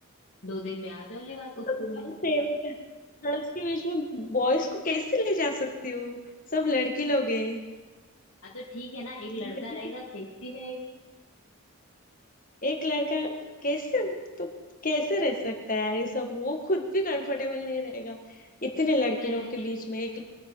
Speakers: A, on the left; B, on the left.
A: दो दिन में आ जाओ लेवा उसको
B: गर्ल्स
A: भी लेवा के जाओ
B: गर्ल्स के बीच में बॉयज को कैसे ले जा सकती हूँ सब लड़की लोग हैं
A: हाँ तो ठीक है ना एक
B: लड़के
A: लड़का रहेगा
B: के-
A: सेफ्टी रहेगी
B: एक लड़का कैसे तो कैसे रह सकता है यार ये सब वो खुद भी कंफर्टेबल नहीं रहेगा इतने लड़की
A: वो रह
B: लोग के बीच में एक